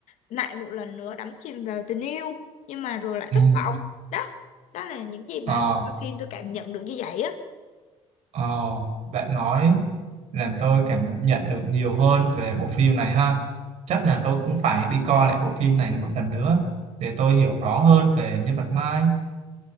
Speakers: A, on the left; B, on the right.
A: lại một lần nữa đắm chìm vào tình yêu nhưng mà rồi lại
B: Ừ.
A: thất vọng đó đó là những gì mà
B: Ờ,
A: tôi coi phim tôi cảm nhận được như vậy á
B: ờ, bạn nói làm tôi cảm nhận được nhiều hơn về bộ phim này ha. Chắc là tôi cũng phải đi coi lại bộ phim này một lần nữa để tôi hiểu rõ hơn về nhân vật Mai.